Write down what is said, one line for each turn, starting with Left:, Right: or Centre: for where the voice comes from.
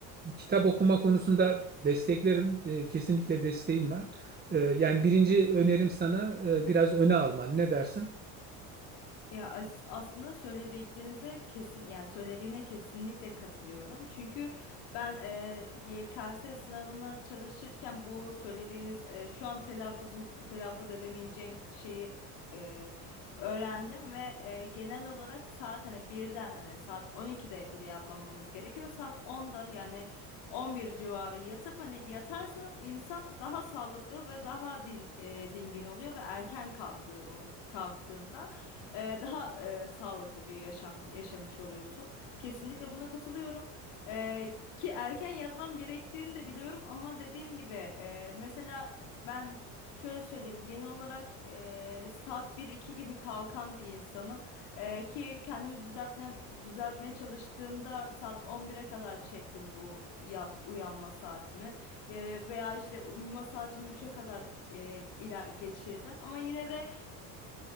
Right: Kitap okuma konusunda desteklerim. E, Kesinlikle desteğim var. Ee, yani birinci önerim sana e, biraz öne alman. Ne dersin?
Left: Ya as- aslında söylediklerinize kesin yani söylediğine kesinlikle katılıyorum. Çünkü ben e, YKS sınavına çalışırken bu söylediğiniz e, şu an telaffuzum telaffuz edemeyeceğim şeyi e, öğrendim ve e, genel olarak saat hani birden hani saat 12'de bile yatmamamız gerekiyor. Saat 10'da yani 11 civarı yatıp hani yatarsa insan daha sağlıklı ve daha din, e, dingin oluyor ve erken kalktığım kalktığında e, daha e, sağlıklı bir yaşam yaşamış oluyorsun. Kesinlikle buna katılıyorum. E, ki erken yatmam gerektiğini de biliyorum ama dediğim gibi e, mesela ben şöyle söyleyeyim genel olarak e, saat bir iki gibi kalkan bir insanım. E, ki kendimi düzeltmem, düzeltmeye çalıştığımda saat on bire kadar çektim bu yat, uyanma saatimi. E, veya işte uyuma saatimi üçe kadar e, ila geçirdim. Ama yine de